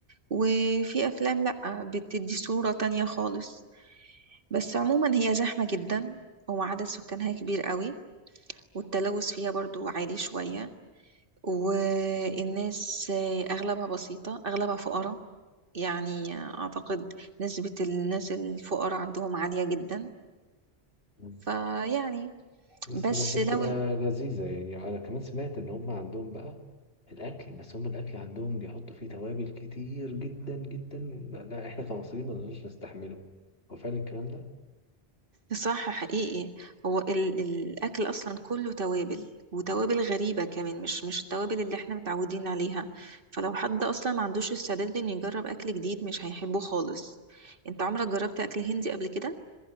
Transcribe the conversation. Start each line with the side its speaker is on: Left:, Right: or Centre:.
Right: وفي أفلام لأ بتدي صورة تانية خالص بس عموما هي زحمة جدا وعدد سكانها كبير قوي والتلوث فيها برضو عالي شوية والناس أغلبها بسيطة أغلبها فقراء يعني أعتقد نسبة الناس الفقراء عندهم عالية جدا
Left: مم.
Right: فيعني
Left: بس
Right: بس
Left: بس بتبقى
Right: لو ال-
Left: لذيذة يعني أنا كمان سمعت إن هم عندهم بقى الأكل بس هم الأكل عندهم بيحطوا فيه توابل كتير جدا جدا لا إحنا كمصريين ما نقدرش نستحمله هو فعلا الكلام ده؟
Right: صح حقيقي هو ال الأكل أصلا كله توابل وتوابل غريبة كمان مش مش التوابل اللي احنا متعودين عليها فلو حد أصلا ما عندوش استعداد إنه يجرب أكل جديد مش هيحبه خالص انت عمرك جربت أكل هندي قبل كده؟